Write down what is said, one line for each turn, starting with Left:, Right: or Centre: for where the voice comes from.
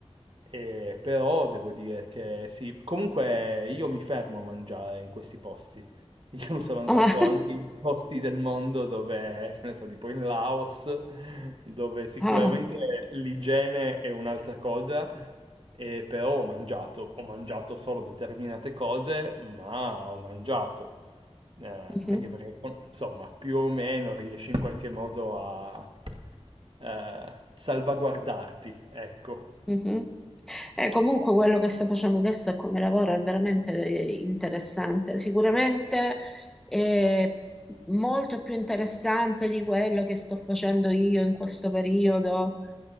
Right: e però devo dire che sì, comunque io mi fermo a mangiare in questi posti. <laughs> Io sono andato
Centre: Ah,
Right: anche
Centre: <laughs>
Right: in posti del mondo dove, che ne so, tipo in Laos, dove sicuramente
Centre: ah,
Right: l'igiene è un'altra cosa, e però ho mangiato, ho mangiato solo determinate cose, ma ho mangiato. Eh,
Centre: mhm.
Right: anche perché, con- insomma, più o meno riesci in qualche modo a eh, salvaguardarti, ecco.
Centre: Mhm. Eh, comunque quello che stai facendo adesso e come lavoro è veramente eh, interessante, sicuramente è molto più interessante di quello che sto facendo io in questo periodo,